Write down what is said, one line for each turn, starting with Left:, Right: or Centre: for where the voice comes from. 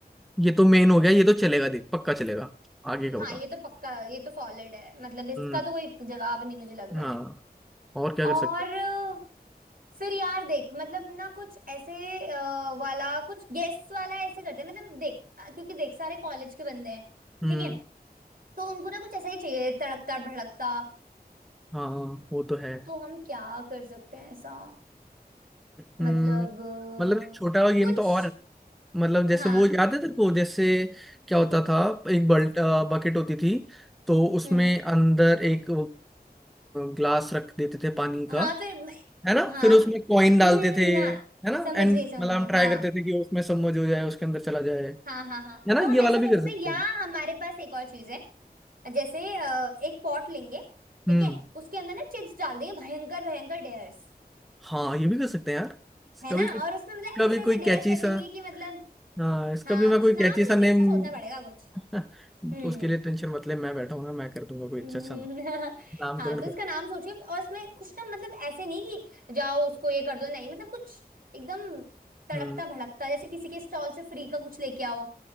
Centre: ये तो मेन हो गया ये तो चलेगा देख पक्का चलेगा आगे का
Right: हाँ
Centre: बता
Right: ये तो पक्का ये तो सॉलिड है मतलब इसका
Centre: हम्म
Right: तो कोई जवाब नहीं मुझे लग रहा
Centre: हाँ
Right: है
Centre: और क्या
Right: और
Centre: कर सकते हैं
Right: अ, फिर यार देख मतलब ना कुछ ऐसे अ, वाला कुछ गेस वाला ऐसे करते हैं मतलब देख अ, क्योंकि देख सारे कॉलेज के बंदे हैं
Centre: हम्म
Right: ठीक है तो उनको ना कुछ ऐसा ही चाहिए तड़कता भड़कता
Centre: हाँ वो तो है
Right: तो हम क्या कर सकते हैं ऐसा
Centre: हम्म
Right: मतलब अ,
Centre: मतलब एक छोटा सा गेम
Right: कुछ
Centre: तो और है। मतलब जैसे
Right: हाँ
Centre: वो याद है तेरे को जैसे क्या होता था एक बल्ट बकेट होती थी तो उसमें
Right: हम्म
Centre: अंदर एक ग्लास रख देते थे पानी
Right: हाँ
Centre: का
Right: फिर मैं-
Centre: है ना
Right: हाँ
Centre: फिर उसमें कॉइन डालते
Right: हम्म हम्म, हम्म,
Centre: थे
Right: हाँ
Centre: है ना
Right: समझ
Centre: एंड
Right: गई समझ
Centre: मतलब
Right: गई
Centre: हम ट्राई
Right: हाँ
Centre: करते थे कि उसमें सबमर्ज हो जाए उसके अंदर चला जाए
Right: हाँ हाँ हाँ
Centre: है ना
Right: तो हम
Centre: ये
Right: ऐसा
Centre: वाला भी
Right: कर
Centre: कर
Right: सकते
Centre: सकते
Right: हैं या
Centre: हैं
Right: हमारे पास एक और चीज है जैसे अ, एक पॉट लेंगे ठीक
Centre: हम्म
Right: है उसके अंदर ना चिप्स डाल देंगे भयंकर भयंकर डेयर्स
Centre: हाँ ये भी कर सकते हैं यार इसका
Right: है ना
Centre: भी कोई इसका
Right: और उसमें मतलब
Centre: भी
Right: ऐसे ऐसे
Centre: कोई
Right: डेयर्स
Centre: कैची
Right: रखेंगे
Centre: सा
Right: कि मतलब
Centre: हाँ इसका
Right: हाँ
Centre: भी मैं
Right: कुछ
Centre: कोई
Right: नाम
Centre: कैची सा
Right: लेकिन
Centre: नेम
Right: इसका सोचना पड़ेगा कुछ
Centre: <laughs>
Right: हम्म
Centre: उसके लिए टेंशन मतलब मैं बैठा हूँ ना मैं कर दूंगा कोई
Right: हम्म,
Centre: अच्छा अच्छा ना
Right: <laughs>
Centre: नामकरण
Right: हाँ तो
Centre: कर
Right: इसका नाम सोचिए और इसमें कुछ ना मतलब ऐसे नहीं कि जाओ उसको ये कर दो नहीं मतलब कुछ एकदम तड़कता
Centre: हम्म
Right: भड़कता जैसे किसी के स्टॉल से फ्री का कुछ लेके आओ